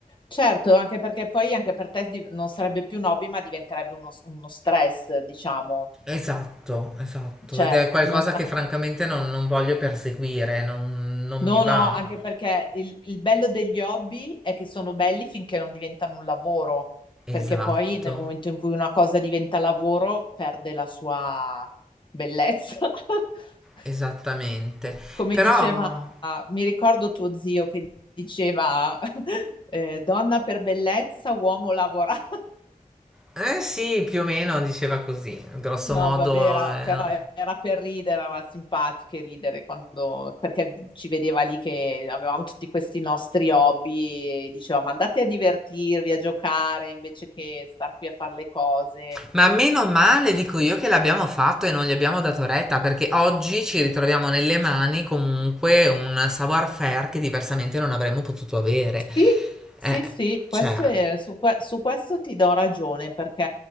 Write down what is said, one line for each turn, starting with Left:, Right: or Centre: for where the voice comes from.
Left: Certo, anche perché poi anche per te div non sarebbe più un hobby, ma diventerebbe uno s uno stress, diciamo.
Centre: Esatto, esatto.
Left: Cioè,
Centre: Ed è qualcosa
Left: non sa
Centre: che francamente non, non voglio perseguire, non, non
Left: no,
Centre: mi va.
Left: no, anche perché il il bello degli hobby è che sono belli finché non diventano un lavoro, perché
Centre: Esatto,
Left: poi nel momento in cui una cosa diventa lavoro perde la sua bellezza. <laughs>
Centre: esattamente.
Left: Come
Centre: Però,
Left: diceva mi ricordo tuo zio che diceva, <laughs> ehm: "Donna per bellezza, uomo lavorare."
Centre: eh sì, più o meno diceva così, grosso
Left: No,
Centre: modo.
Left: vabbè, era,
Centre: eh.
Left: però era per ridere, era simpatico e ridere quando, perché ci vedeva lì che avevamo tutti questi nostri hobby e diceva, ma andate a divertirvi, a giocare, invece che star qui a fare le cose.
Centre: Ma meno male, dico io, che l'abbiamo fatto e non gli abbiamo dato retta, perché oggi ci ritroviamo nelle mani comunque un savoir-faire che diversamente non avremmo potuto avere.
Left: Sì, sì,
Centre: Eh,
Left: sì, questo
Centre: cioè,
Left: è- su, que- su questo ti do ragione perché